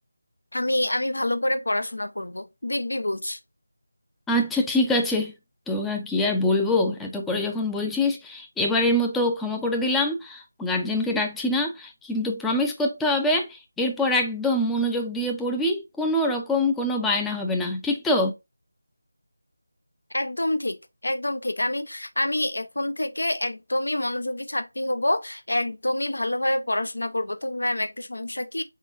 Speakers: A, on the left; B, in the centre.
A: আমি আমি ভালো করে পড়াশোনা করব দেখবি বলছি
B: আচ্ছা ঠিক আছে তোর আর কি আর বলবো এত করে যখন বলছিস এবারের মতো ক্ষমা করে দিলাম গার্জেনকে ডাকছি না কিন্তু প্রমিস করতে হবে এরপর একদম মনোযোগ দিয়ে পড়বি কোনো রকম কোনো বায়না হবে না ঠিক তো
A: একদম ঠিক একদম ঠিক আমি আমি এখন থেকে একদমই মনোযোগী ছাত্রী হব একদমই ভালোভাবে পড়াশোনা করব তো ম্যাম একটা সমস্যা কি